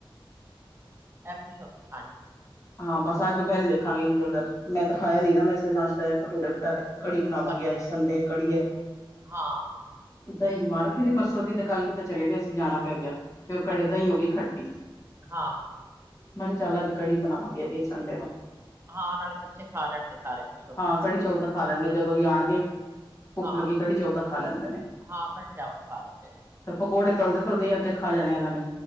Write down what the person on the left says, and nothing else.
ਹਾਂ ਬਸ ਅੱਜ ਦਪੈਰੇ ਦੇਖਾਂਗੀ ਨਯੂਡਲਸ ਮੈਂ ਤਾਂ ਖਾਇਆ ਨੀ ਨਾ ਵੈਸੇ ਨਾਸ਼ਤਾ, ਐ ਪਟੂਰੇ-ਪਟਾਰੇ। ਕੜੀ ਬਣਾਵਾਂਗੀ
ਅੱਜ ਸੰਡੇ ਕੜੀ ਐ।
ਦਹੀਂ ਜਮਾ ਰੱਖੀ ਸੀ ਪਰਸੋਂ ਦੀ ਤੇ ਕੱਲ ਕਿਤੇ ਚਲੇ ਗਏ ਸੀ ਜਾਣਾ ਪੈ ਗਿਆ, ਤੇ ਉਹ
ਦਹੀਂ ਹੋ ਗਈ ਖੱਟੀ
ਮੈਂ ਕਿਹਾ ਚੱਲ ਅੱਜ ਕੜੀ ਬਣਾਵਾਂਗੀ ਏ ਵੀ ਸੰਡੇ ਨੂੰ
ਹਾਂ ਕੜੀ ਚੌਲ ਤਾਂ ਖਾ ਲੈਣਗੇ, ਜਦੋਂ ਵੀ ਆਣਗੇ ਭੁੱਖ
ਲੱਗੀ, ਕੜੀ ਚੌਲ ਤੇ ਖਾ ਲੈਂਦੇ ਨੇ।
ਤੇ ਪਕੌੜੇ ਤਲਦੇ- ਤਲਦੇ ਅੱਧੇ ਖਾ ਜਾਣੇ ਇਹਨਾਂ ਨੇ,